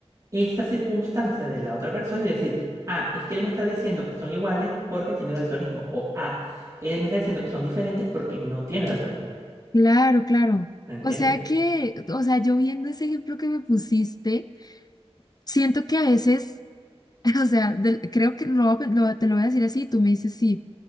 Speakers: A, on the right (about 30°); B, on the left (about 35°).
A: esa circunstancia de la otra persona y decir, ah, es que él me está diciendo que son iguales porque tiene daltonismo. O ah, él me está diciendo que son diferentes porque no tiene daltonismo.
B: claro, claro.
A: ¿Me entiendes?
B: O sea que, o sea, yo viendo ese ejemplo que me pusiste, siento que a veces, <laughs> o sea, del- creo que lo, voy a- pe- lo- te lo voy a decir así, tú me dices sí,